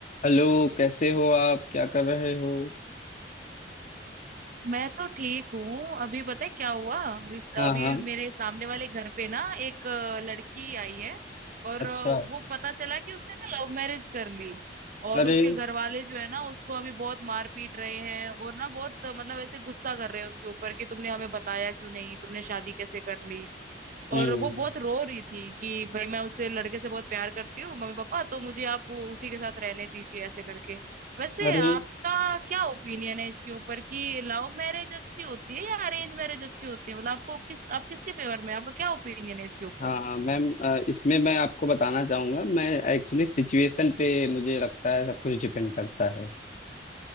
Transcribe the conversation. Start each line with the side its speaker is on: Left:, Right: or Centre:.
Left: हेलो कैसे हो आप क्या कर रहे हो
Right: मैं तो ठीक हूँ अभी पता है क्या हुआ रिस-
Left: हाँ
Right: अभी
Left: हाँ
Right: मेरे सामने वाले घर पे ना एक अ, लड़की आई है और
Left: अच्छा
Right: अ, वो पता चला कि उसने ना लव मैरिज कर ली और
Left: अरे
Right: उसके घर वाले जो है ना उसको अभी बहुत मार पीट रहे हैं और ना बहुत अ, मतलब ऐसे गुस्सा कर रहे हैं उसके ऊपर कि तुमने हमें बताया क्यों नहीं तुमने शादी कैसे कर ली और
Left: हम्म
Right: वो बहुत रो रही थी कि भाई मैं उससे लड़के से बहुत प्यार करती हूँ मम्मी पापा तो मुझे आप वो- उसी के साथ रहने दीजिए ऐसे करके वैसे
Left: अरे
Right: आपका क्या ओपिनियन है इसके ऊपर कि लव मैरिज अच्छी होती है या अरेंज मैरिज अच्छी होती है मतलब आपको किस आप किसके फेवर में हैं? आपका क्या ओपिनियन है इसके ऊपर
Left: हाँ मैम अ, इसमें मैं आपको बताना चाहूँगा मैं एक्चुअली सिचुएशन पे मुझे लगता है सब कुछ डिपेंड करता है